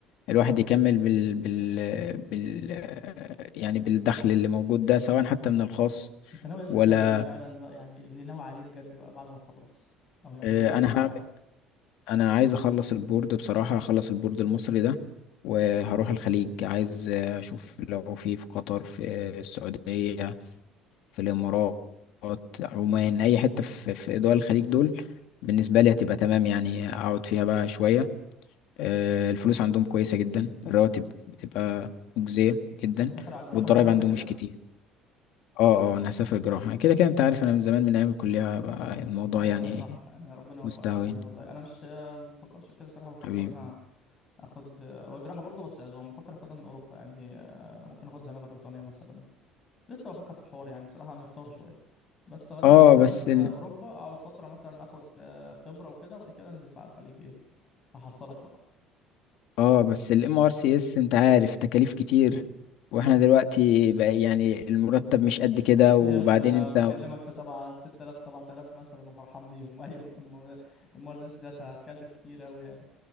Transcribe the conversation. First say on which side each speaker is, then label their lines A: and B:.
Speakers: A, on the left; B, on the left.
A: الواحد يكمل بال... بال... بال... يعني بالدخل اللي موجود ده سواء حتى من الخاص
B: انت ناوي يا اسطى
A: ولا
B: تعمل ايه فعلا بقى يعني اللي ناوي عليه بجد بقى بعد ما تخلص او يعني
A: آه،
B: اليومين
A: أنا
B: دول فعلا
A: هعمل أنا عايز أخلص البورد بصراحة هخلص البورد المصري ده وهروح الخليج عايز آه، أشوف لو في في قطر في السعودية في الإمارات عمان أي حتة في في دول الخليج دول بالنسبة لي هتبقى تمام يعني أقعد فيها بقى شوية آه، الفلوس عندهم كويسة جدا الرواتب بتبقى مجزية جدا
B: هتسافر على الجراحه
A: والضرايب
B: زي ما انت
A: عندهم
B: كده
A: مش كتير اه اه أنا هسافر جراحة كده كده أنت عارف أنا من زمان من أيام الكلية بقى الموضوع
B: ايوه
A: يعني
B: صح يعني ربنا يوفقك
A: مستهوين
B: يا اخويا والله انا مش آه، مفكرش في كده صراحه بفكر
A: حبيبي
B: ان انا اخد آه، هو جراحه برضه بس عظام بفكر اخدها من اوروبا يعني آه، ممكن اخد زماله بريطانيه مثلا لسه بفكر في الحوار يعني صراحه محتار شويه بس غالبا
A: اه
B: هسافر
A: بس ال...
B: اوروبا اقعد فتره مثلا اخد آه، خبره وكده وبعد كده انزل بقى على الخليج ايه احصلك بقى
A: اه بس الام ار سي اس انت عارف تكاليف كتير واحنا دلوقتي بقى يعني المرتب مش قد كده
B: <laughs>
A: وبعدين
B: يا ابني انا
A: انت
B: بكلمك في سبعة في ستة آلاف سبعة آلاف مثلا وفرحان بيهم <laughs> ايوه الم- المرسيدس ديت هتكلف كتير قوي يعني